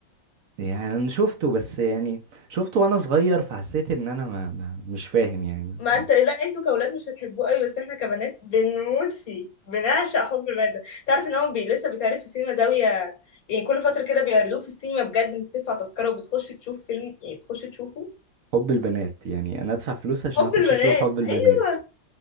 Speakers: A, on the right; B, on the left.
A: يعني انا شفته بس يعني شفته وانا صغير فحسيت ان انا ما... ما... مش فاهم يعني
B: ما
A: ما-
B: انت لا انتوا كاولاد مش هتحبوه قوي بس احنا كبنات بنموت فيه بنعشق حب البنات ده تعرف ان هو بي لسه بيتعرض في سينما زاويه يعني كل فتره كده بيعرضوه في السينما بجد انت تدفع تذكره وبتخش تشوف فيلم يعني بتخش تشوفه
A: حب البنات يعني انا ادفع فلوس عشان
B: حب
A: اخش
B: البنات
A: اشوف حب البنات
B: ايوه